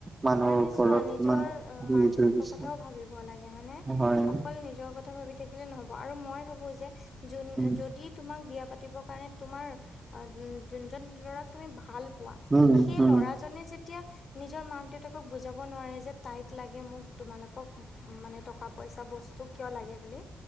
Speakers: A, on the right; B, on the left.
A: মানুহৰ
B: মানে
A: ওপৰত
B: চোৱা নিজৰ‌
A: ইমান
B: অ মাক
A: এজ
B: দেউতাকৰ
A: হৈ গৈছে
B: কথাও ভাবিব লাগে হয়নে
A: হয়
B: অকল নিজৰ কথা ভাবি থাকি। থাকিলে নহব আৰু মই ভাবো যোনে
A: উম
B: যদি তোমাক বিয়া পাত। পাতিব কাৰণে তোমাৰ আ উ উ। যোনজন ল'ৰাক তুমি ভাল পোৱা
A: উম
B: সেই
A: উম
B: ল'ৰাজনে যেতিয়া নিজৰ মাক দেউতাক। ক বুজাব নোৱাৰে যে তাইক লাগে মোক তোমালোকক উ উ মানে টকা পইচা বস্তু কিয় লাগে বুলি।